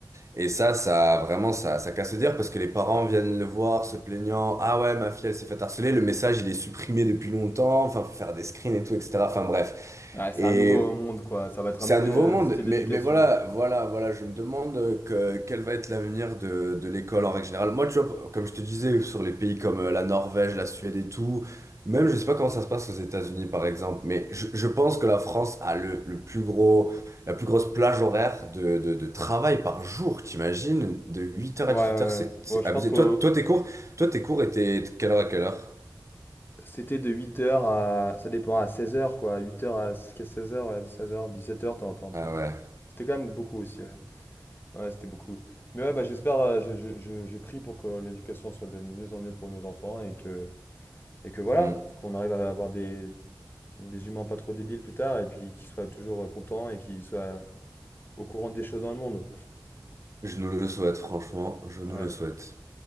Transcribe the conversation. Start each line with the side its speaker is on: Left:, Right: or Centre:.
Right: et ça, ça vraiment, ça, ça casse le dire parce que les parents viennent le voir se plaignant. Ah ouais, ma fille, elle s'est fait harceler. Le message, il est supprimé depuis longtemps. Enfin, faut faire des screens et tout, etc. Enfin, bref.
Left: ouais. Ouais, c'est
Right: Et
Left: un nouveau monde quoi, ça va être
Right: c'est
Left: un nouvel
Right: un nouveau
Left: euh,
Right: monde,
Left: style
Right: mais,
Left: d'éducation.
Right: mais voilà, voilà, voilà, je me demande euh, que, quel va être l'avenir de, de l'école en règle générale. Moi, tu vois, comme je te disais, sur les pays comme euh, la Norvège, la Suède et tout, même je sais pas comment ça se passe aux États-Unis par exemple, mais je, je pense que la France a le, le plus gros, la plus grosse plage horaire de, de, de travail par jour, t'imagines? De huit heures
Left: Ouais,
Right: à 18h,
Left: ouais,
Right: c'est
Left: ouais.
Right: c'est
Left: Bon, je
Right: abusé.
Left: pense que
Right: Toi, toi, tes cours, toi, tes cours étaient de quelle heure à quelle heure?
Left: c'était de huit heures à ça dépend à seize heures quoi, huit heures à 16h, 16h, 17h, t'entends peut-être.
Right: Ah ouais.
Left: C'était quand même beaucoup aussi, ouais. Ouais, c'était beaucoup. Mais ouais, bah, j'espère, euh, je, je, je, je prie pour que l'éducation soit de mieux en mieux pour nos enfants et que, et que voilà,
Right: Hmm.
Left: qu'on arrive à avoir des, des humains pas trop débiles plus tard et puis qu'ils soient toujours euh, contents et qu'ils soient au courant des choses dans le monde.
Right: Je nous le souhaite, franchement, je nous
Left: Ouais.
Right: le souhaite.